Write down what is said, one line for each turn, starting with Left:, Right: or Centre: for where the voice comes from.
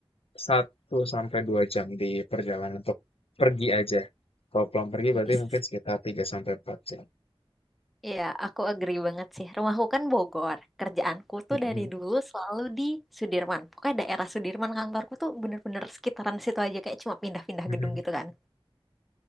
Left: satu sampai 2 jam di perjalanan untuk pergi aja. Kalau pulang pergi
Centre: yes.
Left: berarti mungkin sekitar 3 sampai 4 jam.
Centre: Iya, aku agree banget sih. Rumahku kan Bogor. Kerjaanku tuh
Left: Mhm,
Centre: dari dulu selalu di Sudirman. Pokoknya daerah Sudirman kantorku tuh bener-bener sekitaran situ aja. Kayak cuma pindah-pindah
Left: mhm,
Centre: gedung gitu kan.